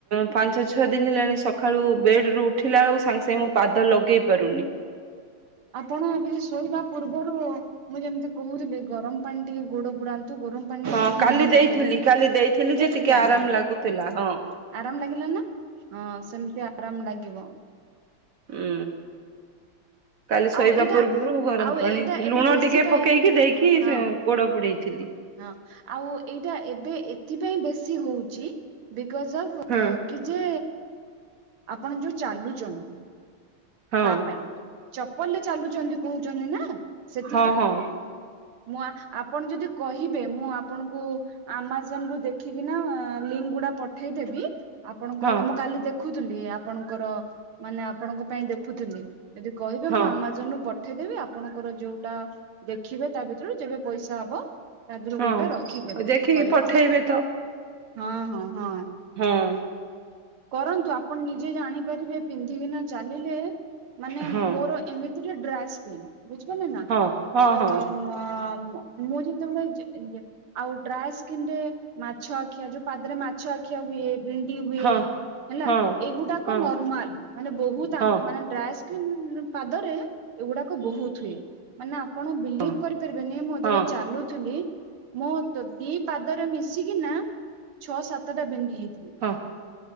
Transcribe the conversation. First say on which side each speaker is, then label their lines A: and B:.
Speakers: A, on the right (about 65°); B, on the right (about 80°).
A: ପାଞ୍ଚ ଛଅ ଦିନ୍ ହେଲାଣି, ସଖାଳୁ ବେଡ୍ ରୁ ଉଠିଲା ବେଳୁ କୁ ସାଙ୍ଗେ ସାଙ୍ଗେ ମୁଁ ପାଦ ଲଗେଇ ପାରୁନି।
B: ଆପଣ ଟିକେ ଶୋଇବା ପୂର୍ବରୁ ମୁଁ ଯେମିତି କହୁଥିଲି, ଗରମ ପାଣି ଟିକେ ଗୋଡ ବୁଡାନ୍ତୁ ଗରମ ପାଣିରେ
A: ହଁ
B: ଖାଲି
A: କାଲି
B: ଲୁଣ
A: ଦେଇଥିଲି,
B: ପକେଇଦେବେ।
A: କାଲି ଦେଇଥିଲି
B: କେମିତି
A: ଯେ ଟିକେ
B: ଲାଗିଲା
A: ଆରାମ ଲାଗୁଥିଲା ହଁ।
B: ଆରାମ ଲାଗିଲା ନା? ହଁ ସେମିତି ଆରାମ ଲାଗିବ।
A: ହୁଁ। କାଲି ଶୋଇବା
B: ଆଉ ଏଇଟା
A: ପୂର୍ବରୁ ଗରମ
B: ଆଉ
A: ପାଣି,
B: ଏଇଟା ଏବେ
A: ଲୁଣ
B: ବେଶୀ
A: ଟିକେ
B: ପାଇଁ
A: ପକେଇକି ଦେଇକି
B: ହଁ
A: ଗୋଡ ବୁଡେଇଥିଲି।
B: ହଁ ଆଉ ଏଇଟା ଏବେ ଏଥିପାଇଁ ବେଶୀ ହଉଛି, ବିକଜ ଅଫ୍
A: ହଁ।
B: କି ଯେ ଆପଣ ଯୋଉ ଚାଲୁଚନ୍ତି
A: ହଁ
B: ତା ପାଇଁ ଚପଲ୍ ରେ ଚାଲୁଚନ୍ତି କହୁଛନ୍ତି ନା ସେଥିପାଇଁ।
A: ହଁ ହଁ
B: ମୁଁ ଆପଣ ଯଦି କହିବେ ମୁଁ ଆପଣଙ୍କୁ ଆମାଜନ୍ ରୁ ଦେଖିକିନା ଲିଙ୍କ୍ ଗୁଡା ପଠେଇ ଦେବୀ ଆପଣଙ୍କର
A: ହଁ
B: ମୁଁ କାଲି ଦେଖୁଥିଲି ଆପଣଙ୍କର ମାନେ ଆପଣଙ୍କ ପାଇଁ ଦେଖୁଥିଲି ଯଦି କହିବେ
A: ହଁ
B: ମୁଁ ଆମାଜନ୍ ରୁୁ ପ ପଠେଇଦେବି ଆପଣଙ୍କର ଯୋଉଟା ଦେଖିବେ ତା ଭିତରୁ ଯେବେ ପଇସା ହବ ତା ଦେହରୁ
A: ହଁ ହଁ।
B: ଗୋଟେ ରଖିଦେବେ
A: ଦେଖିକି
B: କରିକି।
A: ପଠେଇବେ ତ
B: ହଁ ହଁ ହଁ।
A: ହଁ।
B: କରନ୍ତୁ ଆପଣ ନିଜେ ଜାଣିପାରିବେ ପିନ୍ଧିକିନା ଚାଲିଲେ। ମାନେ
A: ହଁ
B: ମୋର ଏମିତିକା ଡ୍ରାଏ ସ୍କିନ୍ ବୁଝିପରିଲେନା,
A: ହଁ ହଁ
B: ତ
A: ହଁ
B: ଅଁ ମୁଁ ଯେତେବେଳେ, ଯେ-ଯେ ଆଉ ଡ୍ରାଏ ସ୍କିିନ ରେ ମାଛ ଆଖିଆ, ଯୋଉ ପାଦରେ ମାଛ ଆଖିଆ ହୁଏ ବିଣ୍ଡି ହୁଏ,
A: ହଁ
B: ହେଲା
A: ହଁ।
B: ଏଗୁଡାକ
A: ହଁ
B: ନର୍ମାଲ, ମାନେ ବୋହୁତ୍ ଆଙ୍କ
A: ହଁ
B: ମାନେ ଡ୍ରାଏ ସ୍କି ନ୍, ପାଦରେ ଏଗୁଡାକ ବୋହୁତ୍ ହୁଏ। ମାନେ ଆପଣ ବିଲିବ୍
A: ହଁ
B: କରିପାରିବେନି, ମୁଁ ଯେତେବେଳେ
A: ହଁ
B: ଚାଲୁଥିଲି ମୋ ତ ଦି ପାଦରେ ମିଶିକି ନା ଛଅ ସାତଟା ବେଣ୍ଡି ହେଇଥିଲା।
A: ହଁ